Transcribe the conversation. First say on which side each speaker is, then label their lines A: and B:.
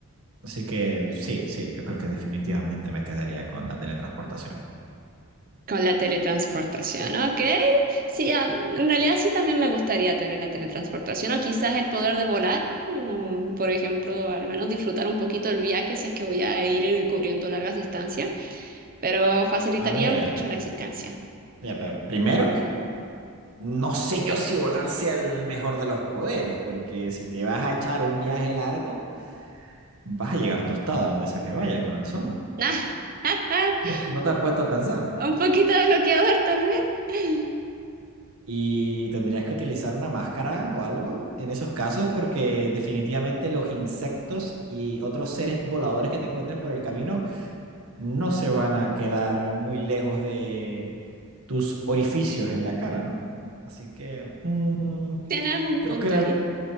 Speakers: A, on the right; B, on the right.
A: Así que sí, sí, yo creo que definitivamente me quedaría con la teletransportación.
B: Con la teletransportación, ok. Sí, ah, en realidad sí también me gustaría tener la teletransportación o quizás el poder de volar, mm, por ejemplo, al menos disfrutar un poquito el viaje si es que voy a ir eh, cubriendo largas distancias, pero facilitaría
A: A ver,
B: mucho
A: ah,
B: la existencia.
A: Ya, pero primero, no sé yo si volar sea el mejor de los poderes, porque si te vas a echar un viaje largo, vas a llegar tostada donde sea que vayas con el sol.
B: <laughs>
A: No te- no te has puesto a pensar.
B: Un poquito bloqueador tal vez. <laughs>
A: Y tendrías que utilizar una máscara o algo en esos casos, porque definitivamente los insectos y otros seres voladores que te encuentres por el camino no se van a quedar muy lejos de tus orificios en la cara, ¿no? Así que mm,
B: Tienes un punto
A: yo creo
B: ahí.